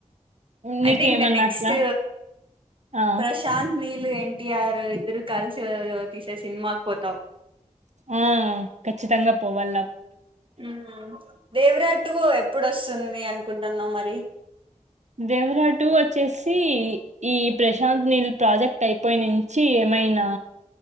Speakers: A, on the right; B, on the right.
A: నీకేమన్నా
B: ఐథింక్ నెక్స్ట్
A: అట్లా ఆ
B: ప్రశాంత్ అనీల్ ఎన్టీఆర్ ఇద్దరు కలిసి తీసే సినిమాకి పోతావ్
A: ఆ ఖచ్చితంగా పోవల్ల
B: ఉమ్ దేవరాజ్ టు ఎప్పుడోస్తుంది అనుకుంటున్నావ్ మరి
A: దేవర టు వచ్చేసి ఈ ప్రశాంత్ నీల్ ప్రాజెక్ట్ అయిపోయి నుంచి ఏమైనా